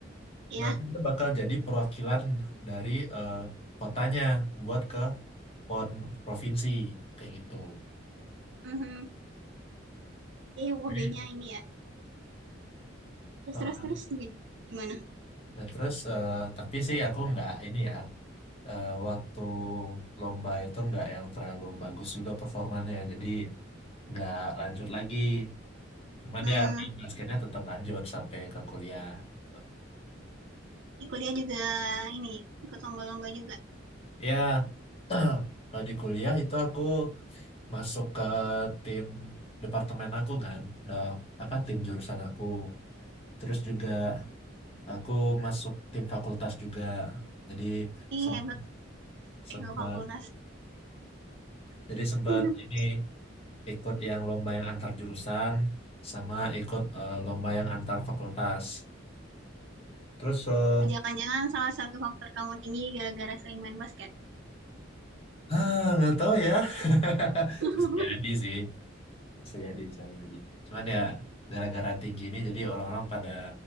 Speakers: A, on the right; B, on the left.
A: ya.
B: nanti dia bakal jadi perwakilan dari eh, kotanya buat ke PON provinsi kayak gitu.
A: Mhm. Jadi hobinya
B: Jadi,
A: ini ya, terus-terus-terus
B: heeh.
A: jadi gimana?
B: Nah, terus eh, tapi sih aku nggak ini ya eh, waktu lomba itu nggak yang terlalu bagus juga performanya. Jadi nggak lanjut lagi. Cuman
A: Hmm,
B: ya main basketnya tetap lanjut sampai ke kuliah gitu.
A: di kuliah juga ini, ikut lomba-lomba juga.
B: Ya, <clears throat> kalau di kuliah itu aku masuk ke tim departemen aku kan, udah apa tim jurusan aku. Terus juga aku masuk tim fakultas juga. Jadi
A: Ih,
B: sempat
A: hebat sampai
B: sempat
A: ke fakultas.
B: jadi sempat
A: <laughs>
B: ini ikut yang lomba yang antar jurusan sama ikut eh, lomba yang antar fakultas. Terus eh,
A: Apa jangan-jangan salah satu faktor kamu tinggi gara-gara sering main basket?
B: Ah, nggak tahu ya. <laughs>
A: <laughs>
B: Bisa jadi sih. Bisa jadi, bisa jadi. Cuman ya gara-gara tinggi ini jadi orang-orang pada